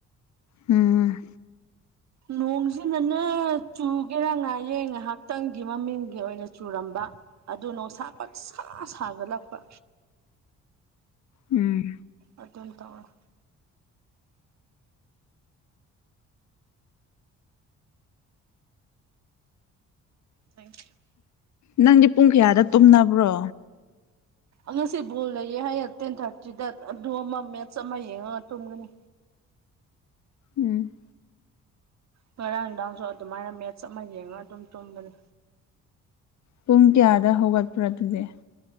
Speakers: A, on the left; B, on the right.
A: ꯎꯝ
B: ꯅꯣꯡꯁꯤꯅꯅꯦ ꯆꯨꯒꯦꯔꯥ ꯉꯥꯌꯦꯡ ꯉꯥꯏꯍꯥꯛꯇꯪꯒꯤ ꯃꯃꯤꯡꯒꯤ ꯑꯣꯏꯅ ꯆꯨꯔꯝꯕ ꯑꯗꯨ ꯅꯨꯡꯁꯥ ꯄꯁꯀꯥ ꯁꯥꯒꯠꯂꯛꯄ
A: ꯎꯝ
B: ꯑꯗꯨꯦꯟ ꯇ ꯑꯃ ꯊꯦꯡꯀ ꯌꯨ
A: ꯅꯪꯗꯤ ꯄꯨꯡ ꯀꯌꯥꯗ ꯇꯨꯝꯅꯕ꯭ꯔꯣ
B: ꯉꯁꯤ ꯕꯣꯜ ꯂꯩꯌꯦꯦ ꯍꯥꯏꯌꯦ ꯇꯦꯟ ꯊꯥꯔꯇꯤꯗ ꯑꯗꯨ ꯑꯃ ꯃꯦꯠꯁ ꯑꯃ ꯌꯦꯡꯉꯒ ꯊꯨꯝꯒꯅꯤ
A: ꯎꯝ
B: ꯉꯔꯥꯡ ꯅꯨꯡꯗꯥꯡꯁꯨ ꯑꯗꯨꯃꯥꯏꯅ ꯃꯦꯠꯆ ꯑꯃ ꯌꯦꯡꯉ ꯑꯗꯨꯝ ꯇꯨꯝꯕꯅꯤ
A: ꯄꯨꯡ ꯀꯌꯥꯗ ꯍꯧꯒꯠꯄ꯭ꯔ ꯑꯗꯨꯗꯤ